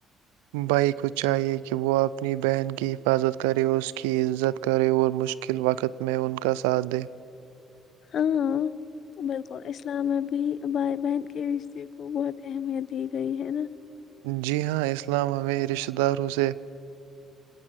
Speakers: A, on the right (about 80°); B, on the left (about 60°).
A: بھائی کو چاہیئے کہ وہ اپنی بہن کی حفاظت کرے اس کی عزت کرے اور مشکل وقت میں ان کا ساتھ دے
B: ہاں بالکل اسلام میں بھی بھائی بہن کے رشتے کو بہت اہمیت دی گئی ہے نا
A: جی ہاں اسلام ہمیں رشتہ داروں سے